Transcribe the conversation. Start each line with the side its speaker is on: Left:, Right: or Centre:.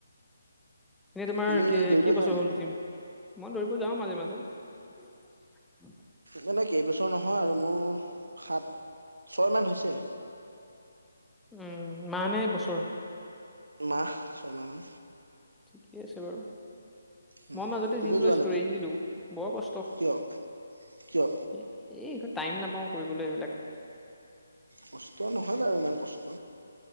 Centre: এনেই তোমাৰ
Right: তুমি
Centre: কি
Right: দৌৰিব
Centre: কেই বছৰ
Right: যোৱা নাই
Centre: হ'ল জিম? মই দৌৰিব যাওঁ মাজে, মাজে। <unintelligible>
Right: মানে কেইবছৰ নহয় আৰু। মোৰ সাত, ছয় মান হৈছে।
Centre: উম। মাহ নে বছৰ?
Right: মাহ ছয়মাহ মান।
Centre: ঠিকেই আছে বাৰু।
Right: উম
Centre: মই মাজতে
Right: তুমি
Centre: জিম
Right: যোৱা
Centre: লৈছিলো।
Right: নেকি
Centre: এৰি দিলো বৰ কষ্ট
Right: কিয় কিয়
Centre: এই টাইম নাপাও কৰিবলৈ এইবিলাক
Right: কষ্ট নহয় বাৰু ইমান কষ্ট